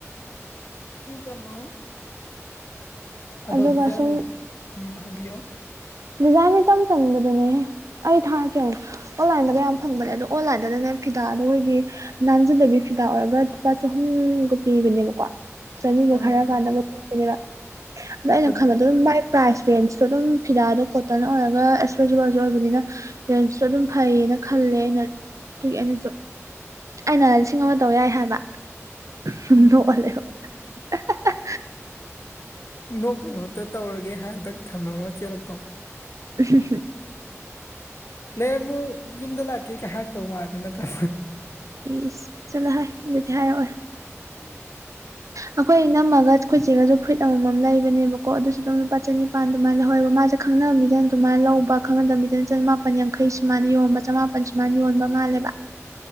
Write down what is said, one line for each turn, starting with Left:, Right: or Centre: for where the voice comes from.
Left: ꯎ ꯇꯝꯃꯣ ꯑꯗꯣ
Right: ꯑꯗꯨꯒ
Left: ꯗꯤꯖꯥꯏꯟ
Right: ꯁꯨꯝ
Left: ꯎꯝ ꯍꯥꯏꯕꯤꯌꯣ
Right: ꯗꯤꯖꯥꯏꯟ ꯏꯆꯝ ꯆꯝꯕꯗꯨꯅꯦꯍꯦ ꯑꯩ ꯊꯥꯔꯀꯦ ꯑꯃꯨꯛ ꯑꯣꯟꯂꯥꯏꯟꯗꯒ ꯌꯥꯝ ꯐꯪꯕꯅꯦ ꯑꯗꯣ ꯑꯣꯟꯂꯥꯏꯟꯗꯅꯦ ꯐꯤꯗꯥꯗꯣ ꯑꯩꯈꯣꯏꯒꯤ ꯅꯟꯖꯗꯕꯤ ꯐꯤꯗꯥ ꯑꯣꯏꯔꯒ ꯂꯨꯄꯥ ꯆꯍꯨꯝꯒꯨꯝ ꯄꯤꯕꯅꯦꯕꯀꯣ ꯆꯅꯤꯒ
Left: ꯑꯥ
Right: ꯈꯔ ꯀꯥꯟꯅꯕ ꯄꯤꯕꯅꯦꯕ ꯑꯗꯣ ꯑꯩꯅ
Left: ꯑꯗ-
Right: ꯈꯟꯕꯗꯣ ꯑꯗꯨꯝ ꯃꯥꯏ ꯄ꯭ꯔꯥꯏꯁ ꯔꯦꯟꯁꯇꯣ ꯑꯗꯨꯝ ꯐꯤꯗꯥ ꯑꯗꯣ ꯀꯣꯇꯟ ꯑꯣꯏꯔꯒ ꯏꯁꯇ꯭ꯔꯦꯆꯦꯕꯜꯁꯨ ꯑꯣꯏꯕꯅꯤꯅ ꯔꯦꯟꯖꯇꯁꯨ ꯑꯗꯨꯝ ꯐꯩꯌꯦꯅ ꯈꯜꯂꯦ ꯑꯩꯅ ꯑꯗꯨꯒꯤ ꯑꯩꯅꯁꯨ ꯑꯩꯅ ꯂꯤꯁꯤꯡ ꯑꯃ ꯇꯧ ꯌꯥꯏ ꯍꯥꯏꯕ ꯅꯣꯛꯑꯒ
Left: ꯎꯝ
Right: ꯂꯩꯍꯧꯏ <unintelligible>
Left: ꯅꯣꯛꯄꯩ ꯃꯍꯨꯠꯇ ꯇꯧꯔꯒꯦ ꯇꯛ ꯊꯝꯃꯒ ꯆꯦꯜꯂꯛꯇꯧ
Right: <unintelligible>
Left: ꯂꯩꯔꯝꯃꯨ ꯌꯨꯝꯗ ꯂꯥꯛꯀꯦ ꯀꯥꯏ ꯍꯥꯛꯑꯦꯛꯇꯧ ꯃꯥꯜꯂꯤ ꯅꯠꯇ꯭ꯔꯥ
Right: ꯏꯁ ꯆꯠꯂꯍꯦ ꯑꯗꯨꯗꯤ ꯍꯥꯏꯔꯛꯑꯣꯏ ꯑꯩꯈꯣꯏ ꯅꯝꯃꯒ ꯑꯩꯈꯣꯏꯆꯦꯒꯁꯨ ꯐꯨꯔꯤꯠ ꯑꯃꯃꯝ ꯂꯩꯕꯅꯦꯕꯀꯣ ꯑꯗꯨꯁꯨ ꯑꯗꯨꯝ ꯂꯨꯄꯥ ꯆꯅꯤ ꯅꯤꯄꯥꯟ ꯑꯗꯨꯃꯥꯏꯅ ꯂꯧꯍꯧꯦꯕ ꯃꯥꯁꯦ ꯈꯪꯅꯅꯕꯕꯤꯗꯅ ꯑꯗꯨꯃꯥꯏꯅ ꯂꯧꯕ ꯈꯪꯅꯗꯕꯕꯤꯗ ꯆꯃꯥꯄꯟ ꯌꯥꯡꯈꯩꯁꯤ ꯃꯥꯅ ꯌꯣꯟꯕ ꯆꯃꯥꯄꯟ ꯄꯟꯖ ꯁꯨꯃꯥꯏꯅꯥ ꯌꯣꯟꯕ ꯃꯥꯜꯂꯦꯕ